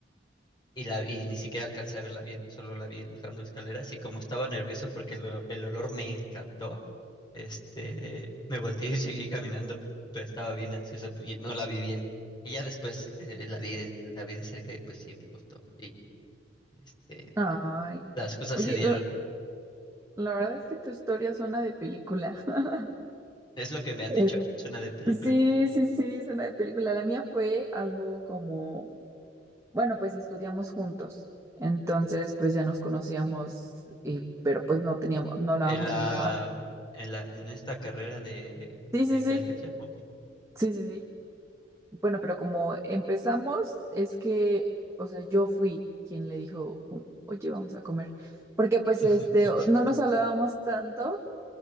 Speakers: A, on the left (about 25°); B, on the right (about 15°).
A: Y, la, y ni siquiera alcancé a verla bien, solo la vi bajando escaleras y como estaba nervioso porque lo- el olor me encantó, este, me volteé y <laughs> seguí caminando, pero estaba bien ansioso y no la vi bien. Y ya después eh, la vi de, la vi de cerca y pues sí, me gustó. Y este,
B: Ay.
A: las cosas
B: Oye,
A: se dieron.
B: la, la verdad es que tu historia suena de película. <laughs>
A: Es lo que me han
B: Eh,
A: dicho, suena de película.
B: Sí, sí, sí, suena de película. La mía fue algo como Bueno, pues estudiamos juntos. Entonces, pues ya nos conocíamos, eh, pero pues no teníamos, no hablábamos
A: En la,
B: ni nada.
A: en la, en esta carrera de,
B: Sí, sí,
A: de inteligencia,
B: sí,
A: ok.
B: sí, sí, sí. Bueno, pero como empezamos, es que, o sea, yo fui quien le dijo, como, oye, vamos a comer. Porque pues
A: <laughs>
B: este, o- no nos hablábamos tanto,